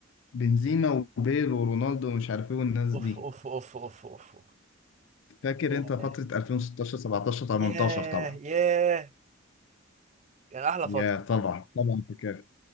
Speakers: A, on the left; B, on the right.
A: بنزيما وبيل ورونالدو ومش عارف إيه والناس دي
B: اوف اوف اوف اوف اوف أوف.
A: فاكر
B: ياه
A: أنت فترة 2016 17 18
B: ياه
A: طبعا
B: ياه يعني احلى
A: يا
B: فترة
A: طبعا طبعا فاكر